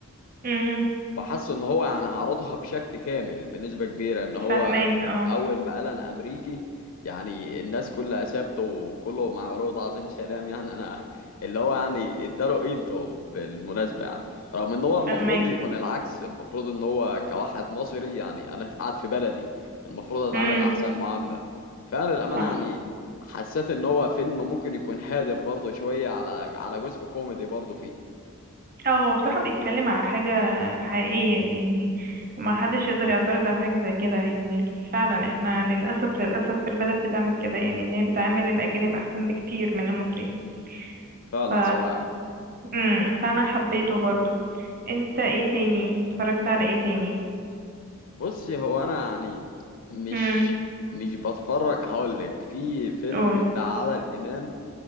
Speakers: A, on the right; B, on the left.
A: امم
B: وحس ان هو يعني عرضها بشكل كامل بنسبة كبيرة ان هو
A: فهماك اه
B: اول ما قال انا امريكي يعني الناس كلها سابته وكله مع رؤوت عظيم سلام يعني انا اللي هو يعني اداله قيمته بالمناسبة يعني رغم ان هو المفروض
A: فهماك
B: يكون العكس المفروض ان هو كواحد مصري يعني انا قاعد في بلدي المفروض اتعامل
A: امم
B: احسن معاملة فعلا الامانة
A: صح
B: يعني حسيت ان هو فيلم ممكن يكون هادف برضه شوية على على جزء كوميدي برضه فيه
A: اه هو بصراحة بيتكلم على حاجة حقيقية يعني ما حدش يقدر يعترض على حاجة زي كده يعني فعلا احنا للأسف للأسف البلد بتعمل كده يعني ان هي بتعامل الأجانب أحسن بكتير من المصريين
B: فعلا
A: ف
B: سواعي
A: امم فأنا حبيته برضو انت ايه تاني اتفرجت على ايه تاني
B: بصي هو انا يعني مش
A: امم
B: مش بتفرج هقول لك في فيلم
A: قول
B: بتاع عادل امام